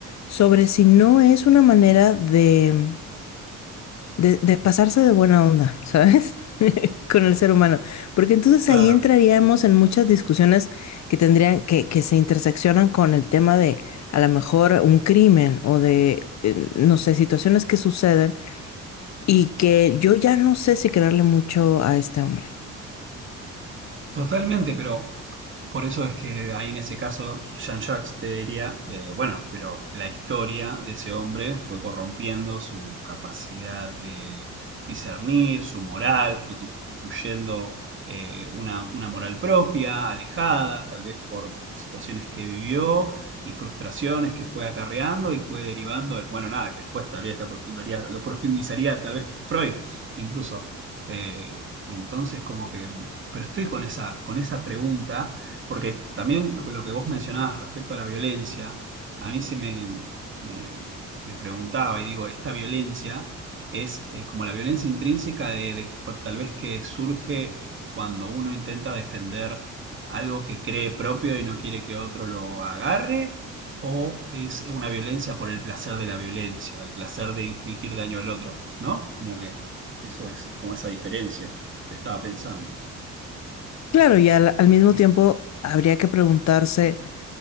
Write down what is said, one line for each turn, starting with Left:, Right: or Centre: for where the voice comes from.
Left: sobre si no es una manera de de, de pasarse de buena onda, ¿sabes? <laughs> con el ser humano. Porque entonces
Right: claro.
Left: ahí entraríamos en muchas discusiones que tendrían, que, que se interseccionan con el tema de a lo mejor un crimen o de, eh, no sé, situaciones que suceden y que yo ya no sé si creerle mucho a este hombre.
Right: Totalmente, pero Por eso es que ahí en ese caso Jean-Jacques te diría, eh, bueno, pero la historia de ese hombre fue corrompiendo su capacidad de discernir, su moral, fue constituyendo eh, una, una moral propia, alejada, tal vez por situaciones que vivió y frustraciones que fue acarreando y fue derivando, en- bueno, nada, que después tal vez lo profundaría- lo profundizaría tal vez Freud incluso. Eh, entonces como que, pero estoy con esa, con esa pregunta porque también lo, lo que vos mencionabas respecto a la violencia, a mí se me, me- me preguntaba y digo, esta violencia es eh, como la violencia intrínseca de, de- por- tal vez que surge cuando uno intenta defender algo que cree propio y no quiere que otro lo agarre, o es una violencia por el placer de la violencia, el placer de infligir daño al otro, ¿no? Como que eso es, como esa diferencia, estaba pensando.
Left: Claro, y al, al mismo tiempo habría que preguntarse